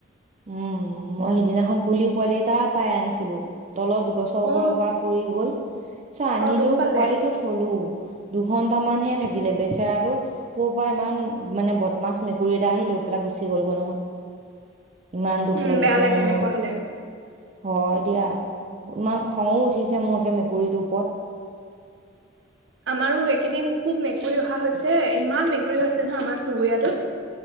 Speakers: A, on the right; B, on the right.
A: উম, মই সিদিনাখন কুলি পোৱালি এটা পাই আনিছিলো। তলত গছৰ ওপৰৰ
B: অ
A: পৰা পৰি গ'ল চ আনিলো
B: অ দুখ পালে
A: পোৱালিটো থলো। দুঘন্টা মানহে থাকিলে বেচেৰাটো। ক'ৰ পৰা ইমান মানে বদমাছ মেকুৰী এটা আহি লৈ পেলাই গুচি গ'লগৈ নহয়। ইমান দুখ
B: উম
A: লাগিছে
B: বেয়া লাগে
A: মোৰ,
B: এনেকুৱা হলে
A: হয় দিয়া। ইমান খংঙো উঠিছে মোৰ একে মেকুৰীটোৰ ওপৰত।
B: আমাৰো এইকেইদিন খুব মেকুৰী অহা হৈছে ইমান মেকুৰী হৈছে নহয় আমাৰ চুবুৰীয়াটোত।